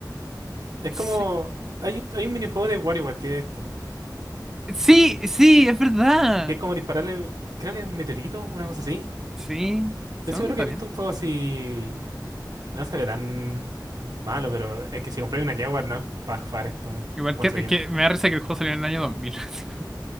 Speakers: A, on the right (about 55°); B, in the centre.
A: Es
B: Sí,
A: como... Hay, hay un minijuego de WarioWare que es esto.
B: sí, sí, es verdad.
A: que es como dispararle, creo que meteorito, una cosa así.
B: Sí,
A: Estoy
B: supongo
A: seguro
B: que está
A: que he
B: bien.
A: visto un juego así, no se ve tan malo, pero es que si compráis una Jaguar no es para jugar esto,
B: Igual
A: encuentro
B: que,
A: yo.
B: que me da risa que el juego salió en el año 2000. <laughs>